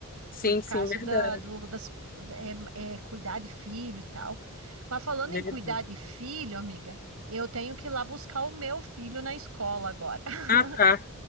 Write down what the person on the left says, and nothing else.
Sim,
sim, verdade.
Verdade.
Ah, tá.